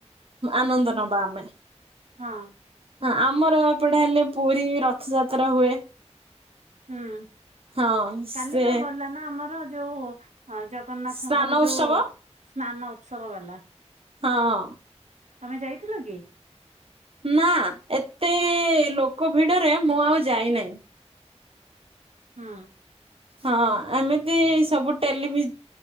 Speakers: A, on the right; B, on the right.
A: ଆନନ୍ଦ ନବା ଆମେ।
B: ହଁ
A: ହ ଆମର ଏପଟେ ହେଲେ ପୁରୀ ରଥଯାତ୍ରା ହୁଏ।
B: ହୁଁ
A: ହଁ ସେ
B: କାଲି ତ ଗଲ ନା ଆମର ଯୋଉ ହଁ ଜଗନ୍ନାଥଙ୍କର
A: ସ୍ନାନ ଉତ୍ସବ
B: ଯୋଉ ସ୍ନାନ ଉତ୍ସବ ଗଲା।
A: ହଁ
B: ତମେ ଯାଇଥିଲ କି?
A: ନା ଏତେ ଲୋକ ଭିଡରେ ମୁଁ ଆଉ ଯାଇନାହିଁ।
B: ହଁ
A: ହଁ ଆମିତି ସବୁ ଟେଲିଭି